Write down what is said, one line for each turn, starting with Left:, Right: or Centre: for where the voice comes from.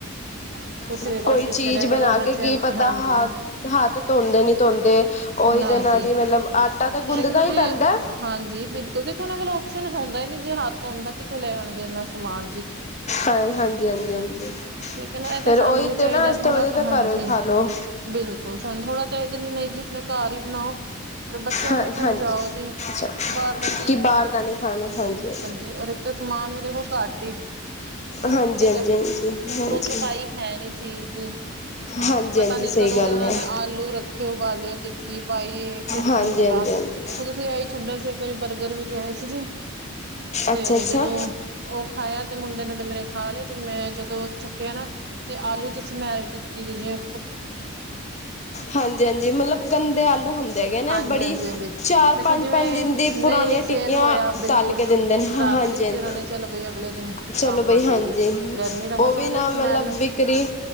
Right: ਤੁਸੀਂ
Left: ਹ
Right: ਵੀ
Left: <inaudible>
Right: ਕੋਸ਼ਿਸ਼
Left: ਕੋਈ ਚੀਜ਼
Right: ਕਰਿਆ
Left: ਬਣਾ
Right: ਕਰੋ ਬੱਚਿਆਂ
Left: ਕੇ ਕੀ
Right: ਨੂੰ
Left: ਪਤਾ
Right: ਹਾਂਜੀ
Left: ਹੱ ਹੱਥ ਧੋਂਦੇ ਨੀ ਧੋਂਦੇ ਉਹੀ
Right: ਨਾ
Left: ਦਾ ਨਾਲ
Right: ਜੀ
Left: ਦੀ ਮਤਲਬ ਆਟਾ ਤੇ ਗੁੰਦਾ
Right: ਦੇਖੋ
Left: ਹੀ
Right: ਜੀ
Left: ਪੈਂਦਾ।
Right: ਹਾਂਜੀ ਬਿਲਕੁਲ ਦੇਖੋ ਉਹਨਾਂ ਕੋਲ ਓਪਸ਼ਨ ਹੁੰਦਾ ਹੀ, ਨੀ ਜੇ ਹੱਥ ਹੁੰਦਾ ਕਿਤੇ ਲੈ ਆਣਗੇ ਇਨਾ ਸਮਾਨ ਜੀ।
Left: ਹਾਂ ਹਾਂਜੀ, ਹਾਂਜੀ, ਹਾਂਜੀ,
Right: ਠੀਕ ਹੈ, ਨਾ ਇਹ ਤਾਂ
Left: ਫੇਰ
Right: ਸਾਨੂੰ
Left: ਉਹੀ
Right: ਵੀ
Left: ਤੇ
Right: ਚਾਹੀਦਾ
Left: ਨਾ ਇਸ
Right: ਥੋੜਾ
Left: ਤੋਂ ਵਧੀਆ ਤਾਂ
Right: ਹਾਂਜੀ।
Left: ਘਰੋਂ ਹੀ ਖਾ ਲੋ
Right: ਬਿਲਕੁਲ ਸਾਨੂੰ ਥੋੜਾ ਚਾਹੀਦਾ, ਨੀ ਨਹੀਂ ਜੀ ਆਪਣੇ ਘਰ ਹੀ ਬਣਾਓ। ਫੇਰ ਬੱਚਿਆਂ
Left: ਹਾਂ
Right: ਨੂੰ ਵੀ ਸਮਝਾਓ,
Left: ਹਾਂਜੀ
Right: ਜੀ
Left: ਅੱਛਾ
Right: ਬਾਹਰ ਦਾ
Left: ਕਿ ਬਾਹਰ ਦਾ ਨੀ ਖਾਣਾ ਹਾਂਜੀ-ਹਾਂਜੀ,
Right: ਰ ਇੱਕ ਤਾਂ ਸਮਾਨ ਵੀ ਦੇਖੋ ਘੱਟ ਠੀਕ
Left: ਹਾਂਜੀ ਹਾਂਜੀ ਹਾਂਜੀ
Right: ਹੈ, ਉੱਪਰੋਂ
Left: ਹਾਂਜੀ
Right: ਸਫ਼ਾਈ ਹੈ ਨੀ ਚੀਜ਼ ਦੀ
Left: ਹਾਂਜੀ
Right: ਪਤਾ
Left: ਹਾਂਜੀ
Right: ਨੀ
Left: ਸਹੀ
Right: ਕਦੋਂ
Left: ਗੱਲ
Right: ਦੇ ਉਹਨਾਂ
Left: ਹੈ
Right: ਨੇ ਆਲੂ ਰੱਖੇ, ਉਬਾਲੇ ਟਿੱਕੀ ਪਾਈ ਏ ਕੁ ਕੁਛ
Left: ਹਾਂਜੀ
Right: ਨੀ ਪਤਾ
Left: ਹਾਂਜੀ ਹਾਂਜੀ
Right: ਅੱਛਾ ਤ ਸੀ ਆਈ ਛੱਡੋ ਸੀ, ਇੱਕ ਵਾਰੀ ਬਰਗਰ ਵੀ ਲਿਆਏ ਸੀ, ਜੀ
Left: ਅੱਛਾ
Right: ਤੇ
Left: ਅੱਛਾ
Right: ਜਦੋਂ ਉਹ ਖਾਇਆ ਤੇ ਮੁੰਡੇ ਨੇ ਤੇ ਮੇਰੇ ਖਾ ਲਿਆ ਤੇ ਮੈਂ ਜਦੋਂ ਚੱਕਿਆ ਨਾ ਤੇ ਆਲੂ ਚ ਸਮੈਲ ਟਿੱਕੀ ਜਿਵੇ
Left: ਹਾਂਜੀ-ਹਾਂਜੀ, ਮਤਲਬ ਗੰਦੇ ਆਲੂ ਹੁੰਦੇ ਹੈਗੇ ਨਾ
Right: ਹਾਂਜੀ,
Left: ਬੜੀ
Right: ਹਾਂਜੀ, ਹਾਂਜੀ
Left: ਚਾਰ
Right: ਦੇਖੋ
Left: ਪੰਜ-ਪੰਜ
Right: ਜਿਵੇਂ
Left: ਦਿਨ ਦੀ, ਪੁਰਾਣੀਆਂ
Right: ਨਹੀਂ
Left: ਟਿੱਕੀਆਂ
Right: ਸੇਲ ਹੋਇਆ ਬਿਲਕੁਲ
Left: ਤਲ ਕੇ ਦਿੰਦੇ ਨੇ ਹਾਂਜੀ,
Right: ਰੱਖ ਲਿੱਤੀ
Left: ਹਾਂਜੀ
Right: ਉਹਨਾਂ
Left: ਹਾਂ।
Right: ਨੇ ਚਲੋ ਬਈ ਅਗਲੇ ਦਿਨ
Left: ਚਲੋ
Right: ਕੰਮ
Left: ਬਈ
Right: ਆ ਜਾਏਗੀ।
Left: ਹਾਂਜੀ,
Right: ਗਰਮੀ ਦਾ ਮੌਸਮ
Left: ਉਹ ਵੀ ਨਾ
Right: ਜੇ ਸਮੈਲ
Left: ਮਤਲਬ ਵਿਕਰੀ